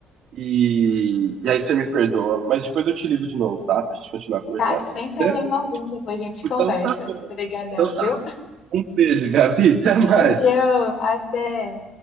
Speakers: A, on the right; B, on the left.
A: e, e aí você me perdoa, mas depois eu te ligo de novo, tá? Pra gente continuar conversando.
B: Tá, sem problema
A: Certo?
B: algum, depois a gente
A: Então
B: conversa.
A: tá bom.
B: Obrigadão,
A: Então tá.
B: viu?
A: Um beijo, Gabi, até mais.
B: Beijão, até.